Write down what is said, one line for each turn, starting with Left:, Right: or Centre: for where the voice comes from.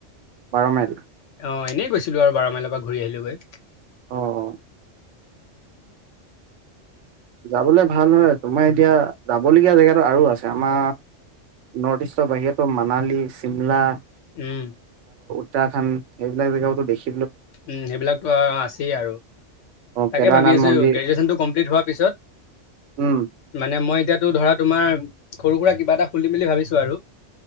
Right: বাৰ মাইল
Left: অঁ এনেই গৈছিলো আৰু বাৰ মাইলৰ পৰা ঘূৰি আহিলো গৈ।
Right: অ অ যাবলে ভাল হয় তোমাৰ এতিয়া যাবলগীয়া জেগাতো আৰু আছে আমাৰ- নৰ্থ ইষ্টৰ বাহিৰতো মানালী, চিমলা-
Left: উমঁ।
Right: <unintelligible> এইবিলাক জেগওতো দেখি-
Left: উমঁ সেইবিলাকতো আছেই আৰু।
Right: অ কেদাৰনাথ
Left: তাকে ভাবি আছো
Right: মন্দিৰ
Left: গ্ৰেজুৱেশচনতটো কমপ্লিট হোৱা- পিছত
Right: উম
Left: মানে মই- এতিয়াতো ধৰা তোমাৰ সৰু সুৰা কিবা এটা খুলিম বুলি ভাবিছো আৰু।